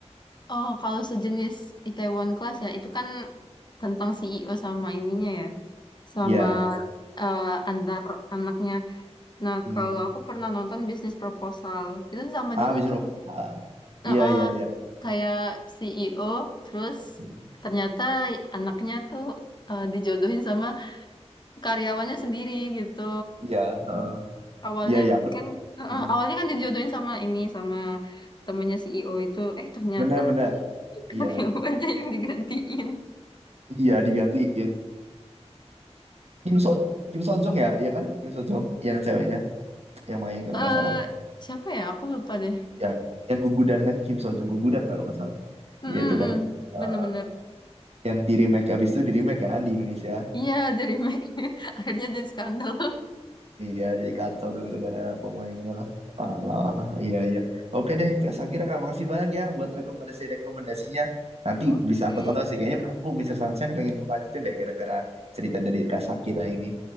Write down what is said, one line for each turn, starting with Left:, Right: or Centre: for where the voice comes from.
Left: Oh, kalau sejenis Itaewon Class ya, itu kan tentang CEO sama ininya ya, sama
Right: Iya.
Left: eh, antar anaknya. Nah,
Right: Hmm.
Left: kalau aku pernah nonton bisnis proposal, itu sama
Right: Ah
Left: juga
Right: habis
Left: tuh.
Right: Ah. Iya
Left: Eh, eh,
Right: iya iya.
Left: kayak CEO, terus
Right: Hmm.
Left: ternyata anaknya tuh eh, dijodohin sama karyawannya sendiri gitu.
Right: Iya. heeh.
Left: Awalnya
Right: Iya iya aku.
Left: kan, eh,
Right: Hmm.
Left: eh, awalnya kan dijodohin sama ini, sama temennya CEO itu. Eh, ternyata
Right: Benar benar.
Left: <laughs>
Right: Iya.
Left: karyawannya yang digantiin.
Right: Iya digantiin. Kim So Kim So Jong ya, ya kan? Kim So Jong yang ceweknya yang main kalau
Left: eh
Right: nggak salah.
Left: siapa ya? Aku lupa deh.
Right: Ya, yang gugudan kan Kim So Jong gugudan kalau nggak salah.
Left: Mm-mm-mm.
Right: Iya itu dah. Eh,
Left: Bener-bener.
Right: yang di remake abis itu di remake kan di Indonesia.
Left: Iya, The Remake. <laughs> Akhirnya jadi skandal.
Right: Iya, jadi kacau tuh gara-gara pemainnya lah. Alah, iya iya. Oke deh, Kak Sakira, makasih banyak ya buat rekomendasi-rekomendasinya. Nanti
Left: <laughs>
Right: bisa
Left: Oke.
Right: aku tonton sih kayaknya aku Mister Sunshine pengen lanjutin deh gara-gara cerita dari Kak Sakira ini.